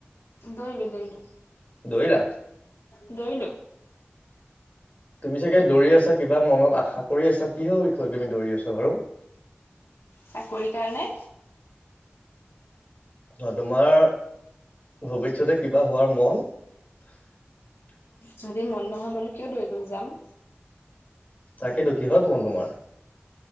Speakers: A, on the left; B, on the left.
A: দৰিলো -দৰিলো
B: দৌৰিলা?
A: -দৰিলো।
B: তুমি চাগে দৌৰি আছা কিবা মনত আশা কৰি আছা কিহৰ বিষয় তুমি দৌৰি আছা বাৰু। <inaudible>
A: চাকৰিৰ কাৰণে।
B: অহ, তোমাৰ ভৱিষ্যতে কিবা হোৱাৰ মন? <inaudible>
A: যদি মন নহয় মানে কিয় দৌৰিবলৈ যাম।
B: তাকেতো কিহত মন তোমাৰ?